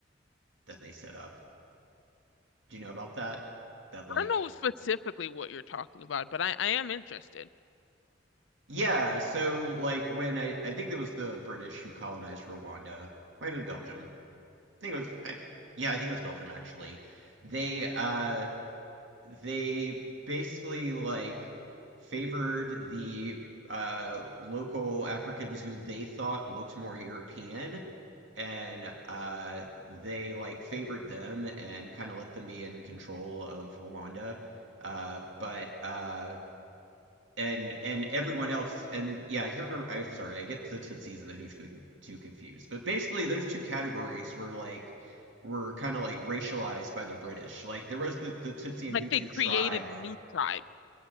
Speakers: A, on the right; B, on the left.
A: that they set up. Do you know about that? That like
B: I don't know specifically what you're talking about, but I, I am interested.
A: yeah, so like when I I think it was the British who colonized Rwanda, might have been Belgium. think it was I, yeah, I think it was Belgium actually. They uh they basically like favored the uh local Africans who they thought looked more European and uh they like favored them and kind of let them be in control of Rwanda. Uh but uh and and everyone else and yeah i can't remember i'm sorry i get the tootsies and the hoosh Coo- too confused but basically those two categories were like were kind of like racialized by the british like there was the the tootsie
B: Like
A: and hutu
B: they created
A: tribe
B: new tribes